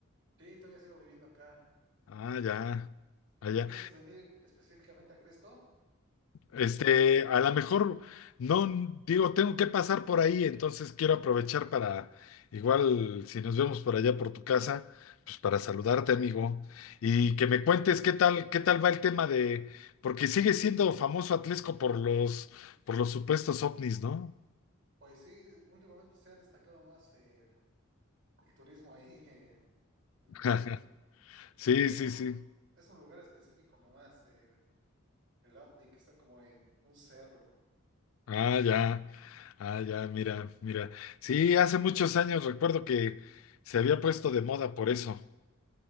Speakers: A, on the right; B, on the left.
A: Sí, todavía sigo viviendo acá.
B: Ah,
A: ¿Y,
B: ya,
A: y
B: allá.
A: piensas venir específicamente a Crisco?
B: Este, a lo mejor, no, digo, tengo que pasar por ahí, entonces quiero aprovechar para, igual, si nos vemos por allá por tu casa, pues para saludarte, amigo, y que me cuentes qué tal, qué tal va el tema de, porque sigue siendo famoso Atlesco por los, por los supuestos ovnis, ¿no?
A: Pues sí, últimamente se ha destacado más eh, el turismo ahí <laughs> en, en
B: <laughs>
A: el OVNI, porque
B: Sí, sí,
A: es un,
B: sí.
A: es un lugar específico nomás, el, el OVNI que está como en un cerro.
B: Ah, ya. Ah, ya, mira, mira. Sí, hace muchos años recuerdo que se había puesto de moda por eso.